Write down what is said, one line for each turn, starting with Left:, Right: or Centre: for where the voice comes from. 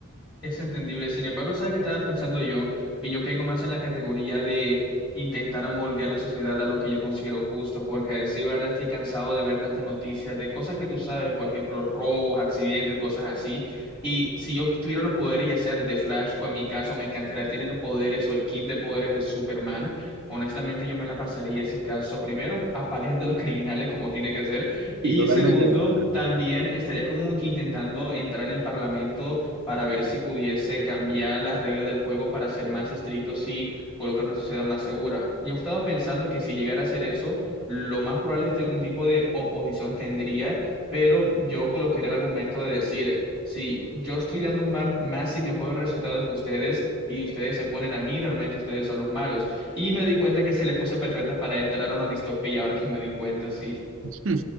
Left: Es entendible. Sin embargo, ¿sabes qué estaba pensando yo? Que yo caigo más en la categoría de intentar moldear la sociedad a lo que yo considero justo, porque a decir verdad estoy cansado de ver tantas noticias de cosas que tú sabes, por ejemplo, robos, accidentes, cosas así. Y si yo tuviera los poderes, ya sea de The Flash o en mi caso, me encantaría tener los poderes o el kit de poderes de Superman. Honestamente, yo me la pasaría ese caso primero apaleando a los criminales como tiene que ser. Y
Right: Sí, totalmente
Left: segundo,
Right: de acuerdo.
Left: también estaría como que intentando entrar en el parlamento para ver si pudiese cambiar las reglas del juego para ser más estrictos y colocar una sociedad más segura. Yo he estado pensando que si llegara a hacer eso, lo más probable es que algún tipo de oposición tendría, pero yo colocaría el argumento de decir, si yo estoy dando mar- más y mejores resultados que ustedes y ustedes se ponen a mí, realmente ustedes son los malos. Y me di cuenta que es la excusa perfecta para entrar a una distopía, ahora que me di cuenta, sí.
Right: Hmm.